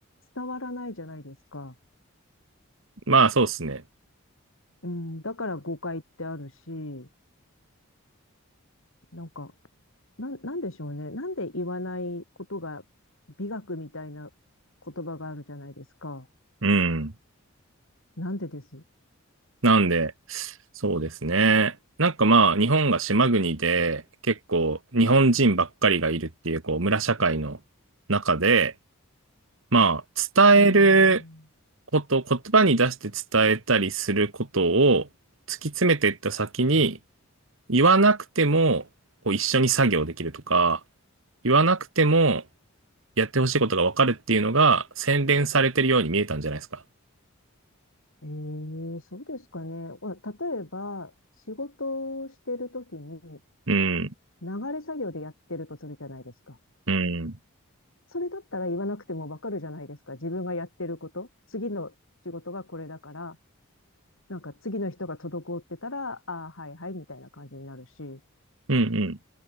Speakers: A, on the left; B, on the right.
A: 伝わらないじゃないですか。
B: まあそうですね。
A: うん。だから誤解ってあるし、なんか、なん、なんでしょうね。なんで言わないことが美学みたいな言葉があるじゃないですか。
B: うん。
A: なんでです。
B: なんで、そうですね。なんかまあ、日本が島国で、結構日本人ばっかりがいるっていう、こう、村社会の中で、まあ、
A: うん。
B: 伝えること、言葉に出して伝えたりすることを突き詰めていった先に、言わなくてもこう一緒に作業できるとか、言わなくてもやってほしいことがわかるっていうのが洗練されてるように見えたんじゃないですか。
A: ええ、そうですかね。ほら例えば、仕事をしてるときに
B: うん、
A: 流れ作業でやってるとするじゃないですか。
B: うん、
A: それだったら言わなくてもわかるじゃないですか。自分がやってること。次の仕事がこれだから、なんか次の人が滞ってたら、ああ、はいはい、みたいな感じになるし、
B: うん、